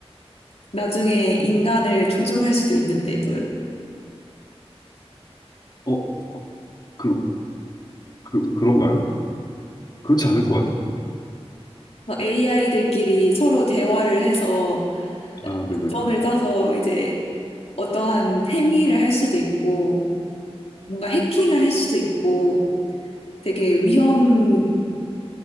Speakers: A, on the left; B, on the left.
A: 나중에 인간을 조종할 수도 있는데도요.
B: 어, 그, 그, 그런가요? 그렇지 않을 것 같아요.
A: 막 AI들끼리 서로 대화를 해서
B: 아, 네네.
A: 전을 짜서 이제 어떠한 행위를 할 수도 있고, 뭔가 해킹을 할 수도 있고, 되게 위험이,